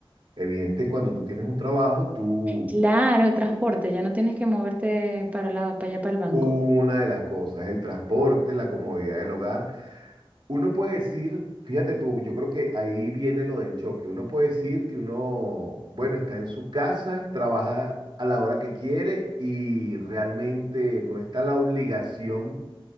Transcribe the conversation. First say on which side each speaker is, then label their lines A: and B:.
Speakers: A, on the right; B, on the right.
A: Evidente, cuando tú tienes un trabajo, tú,
B: Claro, el transporte, ya no tienes que moverte para la, para allá, para el banco.
A: una de las cosas, el transporte, la comodidad del hogar. Uno puede decir, fíjate tú, yo creo que ahí viene lo del choque. Uno puede decir que uno, bueno, está en su casa, trabaja a la hora que quiere y realmente no está la obligación